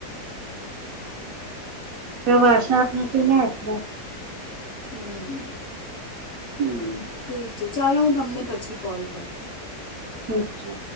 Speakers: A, on the right (about 65°); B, on the left (about 55°).
A: પ્ર વા સાત નથી ને એટલે
B: હમ
A: હમ
B: ઠીક છે ચાલો હું તમને પછી કોલ કરું
A: ઠીક છે